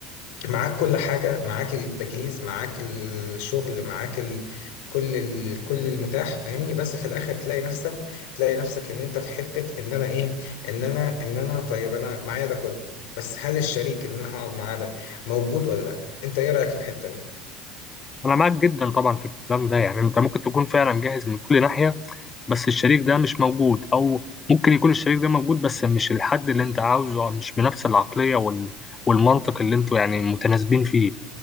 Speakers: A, on the left; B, on the left.
A: معاك كل حاجة معاك التجهيز معاك الشغل معاك ال... كل ال... كل المتاح فاهمني بس في الاخر تلاقي نفسك تلاقي نفسك ان انت في حتة ان انا ايه ان انا ان انا طيب انا معايا ده كله بس هل الشريك اللي انا هقعد معاه ده موجود ولا لا انت ايه رأيك في الحتة دي
B: انا معاك جدا طبعا في الكلام ده يعني انت ممكن تكون فعلا جاهز من كل ناحية بس الشريك ده مش موجود او ممكن يكون الشريك ده موجود بس مش الحد اللي انت عاوزه أو مش بنفس العقلية وال... والمنطق اللي انتوا يعني متناسبين فيه